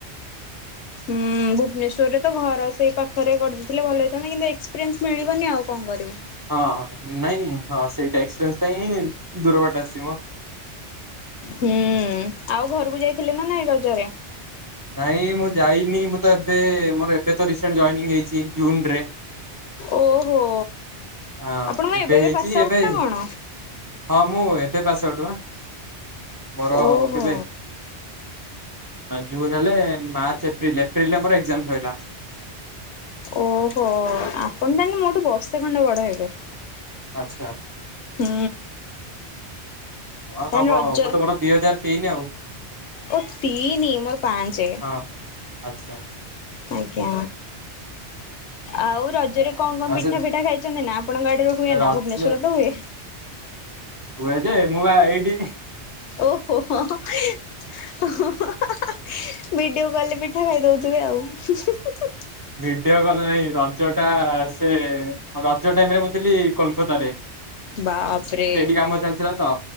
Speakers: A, on the left; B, on the right.
A: ହୁଁ, ଭୁବନେଶ୍ୱରରେ ତ ଘର ସେଇ ପାଖରେ କରିଦେଇଥିଲେ ଭଲ ହୋଇଇଥାନ୍ତା କିନ୍ତୁ ଏକ୍ସପିରିସ ମିଳିବନି ଆଉ କଣ କରିବୁ?
B: ହଁ, ନାଇଁ ହଁ ସେଇଟା, ଏକ୍ସିପେନ୍ସ ପାଇଁ ହିଁ ଦୂର ବାଟ ଆସିଛି ମ
A: ହୁଁ ଆଉ ଘରକୁ ଯାଇଥିଲେ ନା ନାଇ ରଜରେ?
B: ନାଇଁ ମୁଁ ଯାଇନି, ମୁଁ ତ ଏବେ ମୋର ଏବେ ତ ରିସେଣ୍ଡ ହେଇଛି ଜଏନିଙ୍ଗ ଜୁନରେ
A: ଓହୋ
B: ହଁ
A: ଆପଣଙ୍କ
B: ଏବେ ହେଇଛି,
A: ପାସ୍ ଆଉଟ୍
B: ଏବେ,
A: ନା କଣ
B: ହଁ ମୁଁ ଏବେ ପାସ ଉଠିବା। ମୋର
A: ଓହୋ
B: କେବେ? ଜୁନ ହେଲେ, ମାର୍ଚ୍ଚ ଏପ୍ରିଲ, ଏପ୍ରିଲରେ ଆମର ଏଜାମ ସଇଲା।
A: ଓହୋ, ଆପଣ ତାନଲେ ମୋରଠୁ ବର୍ଷେ ଖଣ୍ଡେ ବଡ ହେବେ।
B: ଆଚ୍ଛା।
A: ହୁଁ।
B: ହଁ
A: ତାହେଲେ
B: ତମ,
A: ରଜ
B: ମୁଁ ତ ମୋର ଦିଇ ହଜାର ତିନି ଆଉ
A: ଓ ତିନି, ମୋର ପାଞ୍ଚ
B: ହଁ। ଆଚ୍ଛା।
A: ଆଜ୍ଞା। ଆଉ ରଜରେ କଣ କଣ
B: ଆଉ
A: ପିଠା
B: ସେ
A: ଫିଠା ଖାଇଛନ୍ତି ନା? ଆପଣଙ୍କ ଆଡରେ ହୁଏ
B: ରଜ
A: ନା ଭୁବନେଶ୍ଵର ତ ହୁଏ।
B: ହୁଏ ଯେ, ମୁଁ ପା ଏଇଡି
A: ଓହୋ ହଁ <unintelligible> ଭିଡିଓ କଲ୍ ରେ ପିଠା ଖାଇଦଉଥିବେ ଆଉ <unintelligible>
B: ଭିଡିଓ କଲ୍ ରେ ନାଇଁ, ରଜ ଟା ସେ, ରଜ ଟାଇମରେ ମୁଁ ଥିଲି କୋଲକତାରେ।
A: ବାପରେ
B: ସେଇଠି କାମ ଚାଲିଥିଲା ତ,